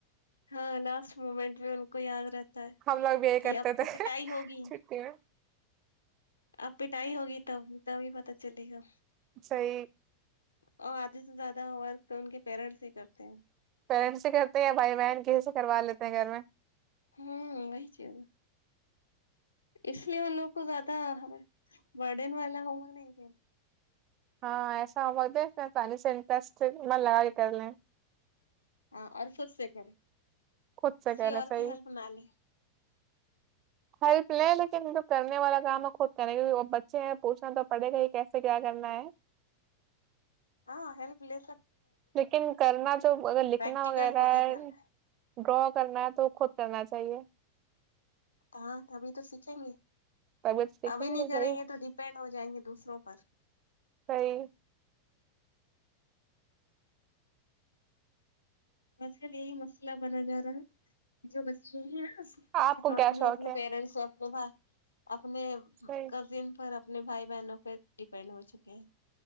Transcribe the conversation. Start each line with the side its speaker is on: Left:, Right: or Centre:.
Left: ہاں لاسٹ مومنٹ میں ان کو یاد رہتا ہے
Right: ہم لوگ بھی یہی
Left: کہ
Right: کرتے
Left: اب
Right: تھے
Left: تو پٹائی ہوگی
Right: چھٹی میں
Left: اب پٹائی ہوگی تب تبھی پتا چلے گا
Right: صی
Left: اور آدھی سے زیادہ ہو ورک تو ان کے پیرنٹس ہی کرتے ہیں
Right: پیرنٹس کیا یا بھائی بہن کیسے کروا لیتے ہیں گھر میں
Left: ہوں وہی چ ہے اس لیے ان لوگ کو زیادہ رڈن والا ہوگا نہیں
Right: ہاں ایسا ہو م د سس م لگا کرنے
Left: ہاں اور خود سے کریں
Right: خود
Left: کسی
Right: سے کریں
Left: اور
Right: صحیح
Left: کی ہیلپ نہ لے
Right: ہیلپ لیں لیکن جو کرنے والا کام ہے خود کرنا کیکہ وہ بچے ہیں پوچھنا تو پڑھے گا یہ کیسے کیا کرنا ہے
Left: ہاں ہیلپ لیس
Right: لیکن کرنا جو اگر لکھنا
Left: پریکٹیکل
Right: وغیرہ
Left: خود
Right: ہے
Left: ہی کرنا
Right: ڈرا کرنا ہے تو خود کرنا چاہیے
Left: ہ ابھی تو سیکھیں گے
Right: طبیعت سیکھیں
Left: ابھی نہیں کریں
Right: صحیح
Left: گے تو ڈیپینڈ ہو جائیں گے دوسروں پر
Right: صحیح
Left: آج کل یہی مسئلہ بنا جا رہا ہے جو بچے ہیں
Right: آپ کو
Left: ٹوٹلی
Right: کیا شوق
Left: اپنے
Right: ہے
Left: پیرنٹس توب آپ اپنے
Right: صحیح
Left: کزن پر اپنے بھائی بہنوں پہ ڈیپینڈ ہو چکے ہیں